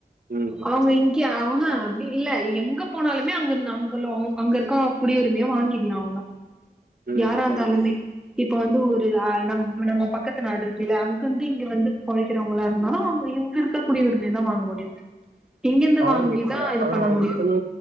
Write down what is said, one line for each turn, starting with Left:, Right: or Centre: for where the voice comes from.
Right: ம்
Centre: அவங்கங்கியா ஆஹா அப்டி இல்ல எங்க போனாலுமே அங்க அங்கு அங்க இருக்க குடியுரிமையா வாங்கிட்லா அவங்க
Right: ம்
Centre: யாரா
Right: ம்
Centre: இந்தாலுமே இப்ப வந்து ஒரு ஆ நம்ம பக்கத்து நாடு இருக்குல அங்கிருந்து இங்க வந்து பொழக்கிறவங்களா இருந்தாலு அவங்க எங்க இருக்க குடி உரிமை தா வாங்க முடியு இங்கிருந்து
Right: வாங்கி
Centre: வாங்கிதா
Right: வக்கலா
Centre: இது
Right: ஆனா
Centre: பண்ண
Right: அதுக்குன்னு
Centre: முடியு